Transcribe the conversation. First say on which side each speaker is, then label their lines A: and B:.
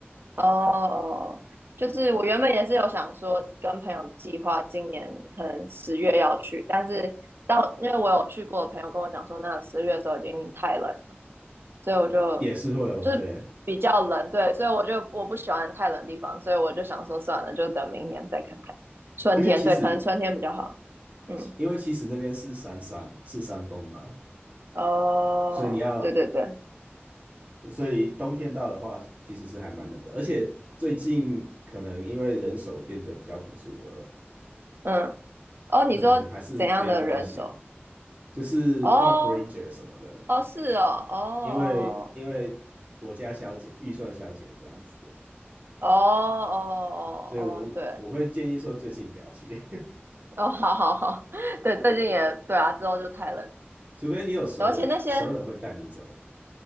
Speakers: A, on the right; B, on the right.
A: 哦哦，就是我原本也是有想说跟朋友计划今年可能十月要去，但是到因为我有去过的朋友跟我讲说，那十月的时候已经太冷所以我就
B: 也是会哦，
A: 就是比较冷，
B: 对，
A: 对，所以我就我不喜欢太冷的地方，所以我就想说算了，就等明年再看看。春天，
B: 因为其实
A: 对，可能春天比较好。嗯，
B: 因为其实那边是山上是山峰嘛，
A: 哦，
B: 所以你要
A: 对对对，
B: 所以冬天到的话，其实是还蛮冷的，而且最近可能因为人手变得比较不足了，
A: 嗯，哦，你说怎样的人手？
B: 可能还是不要冒险，就是
A: 哦，
B: park ranger 什么的，
A: 哦，是哦，哦
B: 因为因为国家削减预算削减这样子
A: 哦哦哦哦哦，
B: 所以我我会建议说最近不要去，
A: 对，哦，好好好，<laughs> 对，最近也对啊，之后就太冷了，
B: <laughs> 除非你有熟人啊，
A: 而且那些
B: 熟人会带你走。